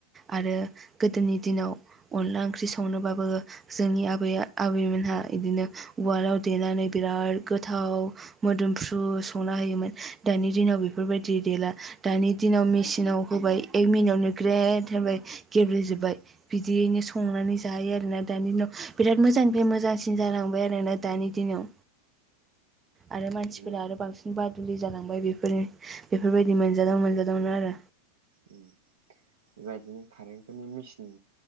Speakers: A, on the right; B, on the right.
A: आरो गोदोनि दिनाव अनला ओंख्रि संनोबाबो जोंनि आबै आबैमोनहा इदिनो उवालाव देनानै बिराद गोथाव मोदोमफ्रु संना होयोमोन दानि दिनाव बेफोरबायदि देला दानि दिनाव मेसिनाव होबाय एक मिनिटावनो ग्रेद होबाय गेब्लेजोबबाय
B: उम
A: बिदियैनो संनानै जायो आरोना दानि दिनाव बिराद मोजांनिफ्राय
B: उम
A: मोजां सिन जालांबाय आरोना दानि दिनाव आरो मानसिफोरा
B: बिदिनो
A: आरो बांसिन बादुलि जालांबाय बेफोरनि बेफोरबायदि मोनजादाव मोनजादावनो आरो
B: उम बेबायदिनो कारेन्टफोरनि मेचिन